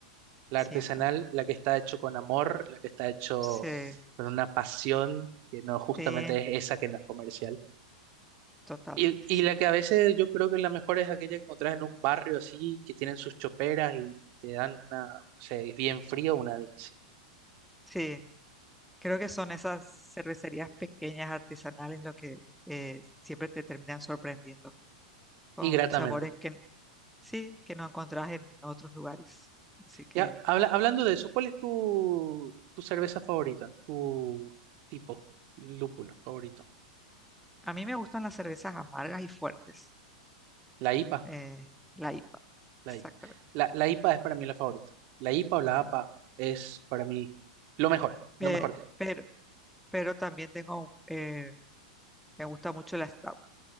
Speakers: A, on the right; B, in the centre.
A: La
B: siempre.
A: artesanal, la que está hecho con amor, la que está hecho
B: Sí,
A: con una pasión, que no justamente
B: sí,
A: es esa que no es comercial.
B: totalmente,
A: Y, y
B: sí.
A: la que a veces yo creo que la mejor es aquella que encontrás en un barrio así, que tienen sus choperas y te dan una, o sea, es bien frío, una delicia.
B: Sí, creo que son esas cervecerías pequeñas, artesanales, lo que eh, siempre te terminan sorprendiendo con
A: Y gratamente.
B: sabores que sí, que no encontrás en otros lugares. Así que
A: Ya, habla, hablando de eso, ¿cuál es tu, tu cerveza favorita? ¿Tu tipo, lúpulo favorito?
B: a mí me gustan las cervezas amargas y fuertes,
A: La IPA,
B: eh, la IPA,
A: la
B: exactamente.
A: IPA. La, la IPA es para mí la favorita. La IPA o la
B: sí.
A: APA es para mí lo mejor,
B: Pe-
A: lo mejor que hay.
B: pero, pero también tengo, eh, me gusta mucho la Stout,